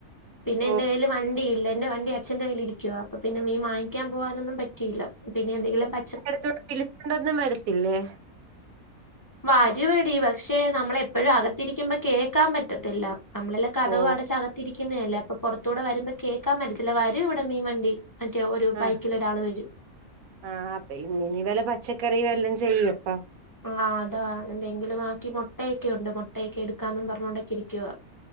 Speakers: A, on the left; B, on the right.
A: പിന്നെ
B: ഓ
A: എൻ്റെ കയിൽ വണ്ടിയില്ല. എൻ്റെ വണ്ടി അ ച്ഛന്റെ കയ്യില് ഇരിക്കുവ. അപ്പൊ പിന്നെ മീൻ വാങ്ങിക്കാൻ പോവാനൊന്നും പറ്റയില്ല. പിന്നെ എന്തെങ്കിലും പ
B: അടുത്തൂടെ വിളിച്ചോണ്ടൊന്നും വരത്തില്ലേ?
A: വരുവെടി പക്ഷെ നമ്മളെപ്പോഴും അകത്തിരിക്കുമ്പോ കേൾക്കാൻ പ റ്റത്തില്ല. നമ്മളെല്ലാം കതകു
B: ഓ
A: അടച്ച് അകത്തിരിക്കുന്നതല്ലേ. അപ്പൊ പുറത്തൂടെ വരുമ്പ കേൾക്കാൻ പറ്റത്തില്ല. വരു ഇവിടെ മീൻ വണ്ടി. മറ്റേ ഒരു
B: ആഹ്
A: ബൈക്കിൽ ഒരാൾ വരും.
B: ആഹ് അപ്പൊ ഇന്ന് ഇനി വെല്ല പച്ചക്കറി വല്ലോം ചെയ്യപ്പ.
A: ആഹ് അതാ. എന്തെങ്കിലും ആക്കി മുട്ടയൊക്കെ ഉണ്ട്. മുട്ടയൊക്കെ എടുക്കാന്നും പറഞ്ഞോണ്ട് ഇരിക്കുവാ.